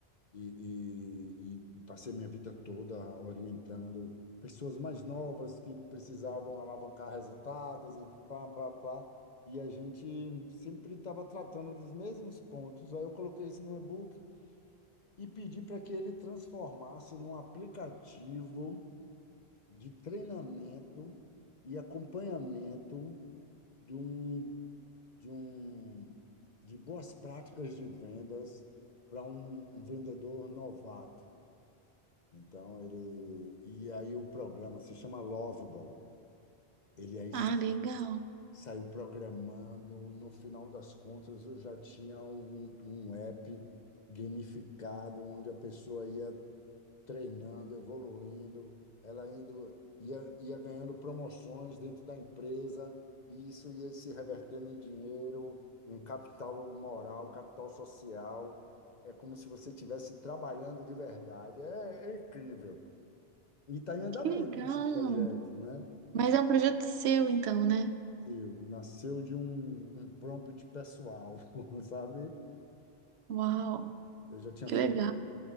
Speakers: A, on the left; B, on the right.
A: e, e, e passei minha vida toda orientando pessoas mais novas que precisavam alavancar resultados e pá, pá, pá. E a gente sempre estava tratando dos mesmos pontos. Aí eu coloquei isso no e-book e pedi para que ele transformasse num aplicativo de treinamento e acompanhamento de um, de um, de boas práticas de vendas para um um vendedor novato. Então ele e aí o programa se chama Lovable. Ele aí
B: Ah,
A: sa-
B: legal.
A: saiu programando. No final das contas, eu já tinha um, um app gamificado onde a pessoa ia treinando, evoluindo, ela indo ia, ia ganhando promoções dentro da empresa e isso ia se revertendo em dinheiro, em capital moral, capital social. É como se você estivesse trabalhando de verdade. É, é incrível. E está em andamento
B: Que legal.
A: esse projeto, né?
B: Mas é um projeto seu, então, né?
A: Eu, nasceu de um, um prompt pessoal, <laughs> sabe?
B: Uau,
A: Eu já tinha
B: que
A: feito,
B: legal.